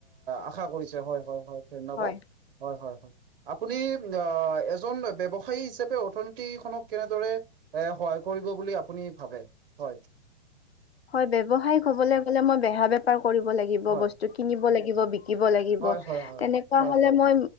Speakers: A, on the right (about 60°); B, on the left (about 85°).
A: আশা আশা কৰিছে। হয় হয় হয় ধন্যবাদ,
B: হয়
A: হয় হয় হয় আপুনি অ এজন ব্যৱসায়ী হিচাপে অৰ্থনীতি খনক কেনেদৰে এ সহায় কৰিব বুলি আপুনি ভাবে হয়
B: হয় বৱসায়িক হব গলে মই বেহা বেপাৰ কৰিব লাগিব
A: হয়
B: বস্তু কিনিব লাগিব শিকিব লাগিব
A: হয় হয় হয়
B: তেনেকুৱা
A: হয়
B: হ'লে মই